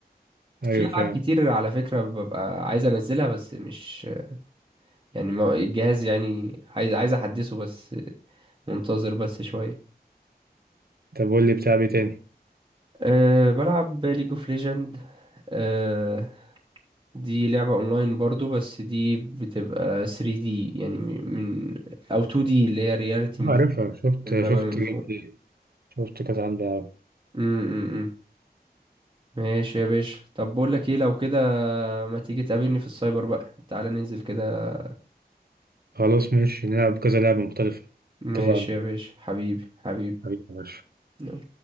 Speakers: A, on the right; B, on the right.
A: ايوه
B: في ألعاب
A: فاهم
B: كتير على فكرة ببقى عايز انزلها بس مش يعني ما الجهاز يعني عايز عايز احدثه بس منتظر بس شوية
A: طب قول لي بتلعب ايه تاني
B: أه بلعب ليج اوف ليجند أه دي لعبة اونلاين برضو بس دي بتبقى 3D يعني من من- او 2D اللي هي رياليتي
A: اه
B: من
A: عارفها
B: فوق
A: شفت
B: المابا
A: شفت
B: من فوق
A: جيم بلاي شفت كذا عندي أوي.
B: امم ماشي يا باشا طب بقول لك ايه لو كده ما تيجي تقابلني في السايبر بقى تعالى ننزل كده
A: خلاص ماشي نلعب كذا لعبة مختلفة
B: ماشي
A: اتفقنا
B: يا باشا حبيبي حبيبي
A: حبيبي يا باشا
B: يلا.